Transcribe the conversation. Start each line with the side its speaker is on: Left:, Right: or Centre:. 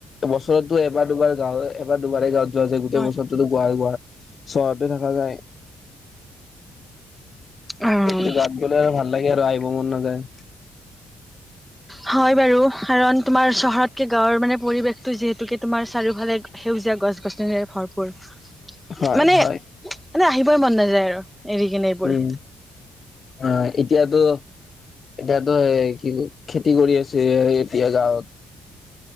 Left: বছৰতো এবাৰ দুবাৰ গাওঁ এবাৰ দুবাৰহে গাওঁ যোৱা যায় গোটেই
Centre: হয়
Left: বছৰতোটো গুৱা গুৱা চহৰতে থাকা যায়।
Centre: উম
Left: গাৱঁত গ'লে আৰু ভাল লাগে আৰু আহিব মন নাযায়।
Centre: হয় বাৰু কাৰণ তোমাৰ চহৰতকে গাঁৱৰ মানে পৰিবেশটো যিহেতুকে তোমাৰ চাৰিওফালে সেউজ <unintelligible> গছ গছনিয়ে ভৰপূৰ।
Left: হয়
Centre: মানে
Left: হয়।
Centre: মানে আহিবই মন নাযায় আৰু এৰি কিনে এইবোৰ।
Left: উম অ' এতিয়াতো এতিয়াতো এই কি খেতি কৰি আছে এতিয়া গাঁৱত।